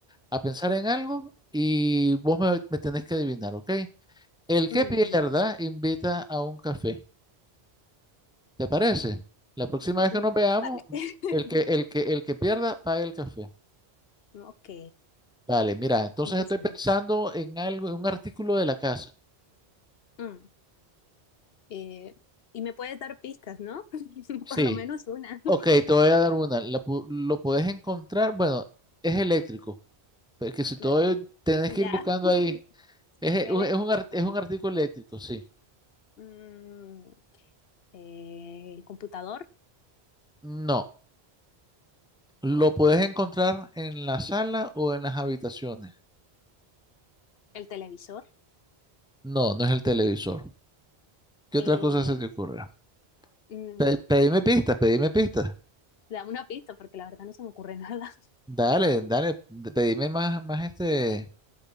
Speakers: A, in the centre; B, on the left.
A: a pensar en algo y vos me, me tenés que adivinar, ¿ok? El que
B: Mm,
A: pierda
B: vale.
A: invita a un café. ¿Te parece? La próxima vez
B: Mm,
A: que nos veamos,
B: vale. <laughs>
A: el que, el que, el que pierda paga el café.
B: Ok,
A: Vale, mira, entonces
B: empecemos.
A: estoy pensando en algo, en un artículo de la casa.
B: Mm, eh, y me puedes dar pistas, ¿no? <laughs>
A: Sí.
B: Por lo menos una.
A: Ok, te voy a dar una. La pu- lo puedes encontrar, bueno, es eléctrico, porque
B: <laughs>
A: si todo
B: A ver,
A: el- tenés
B: Ya.
A: que ir buscando
B: <laughs>
A: ahí, es,
B: Eléctrico.
A: e- un- es un, ar- es un artículo eléctrico, sí.
B: Mm, eh, el computador.
A: No, lo
B: Ok.
A: puedes encontrar en la sala o en las habitaciones.
B: El televisor.
A: No, no es el televisor. ¿Qué
B: Eh,
A: otra cosa se te ocurra?
B: mm,
A: Pe- pedime pistas, pedime pistas.
B: dame una pista porque la verdad no se me ocurre nada.
A: Dale, dale, d- pedime más, más este,